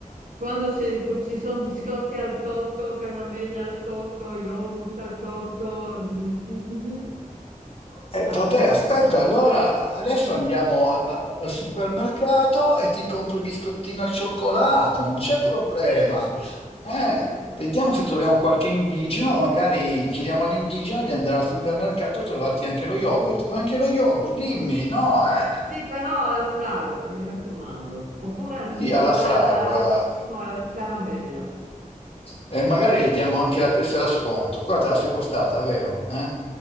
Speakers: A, on the right (about 75°); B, on the left (about 45°).
A: Quando se- ci sono biscotti al cocco, caramelle al cocco, yogurt al cocco, mm, mm, mm, mm, non mi piace,
B: Eh, vabbè,
A: non
B: aspetta,
A: mi piace.
B: allora adesso andiamo al, a- al supermercato e ti compro i biscottini al cioccolato, non c'è problema.
A: Ecco, ecco,
B: Eh,
A: ecco, ecco.
B: vediamo
A: ecco.
B: se troviamo qualche indigeno, magari chiediamo all'indigeno di andare al supermercato a trovarti anche lo yogurt. Vuoi anche lo yogurt? Dimmi, no? Eh,
A: Sì, però alla fragola, mi raccomando, oppure al,
B: sì,
A: mi-
B: alla fragola.
A: a- a- al massimo alla caramello.
B: E magari diamo anche la tessera sconto. Qua te la sei portata, vero? Eh?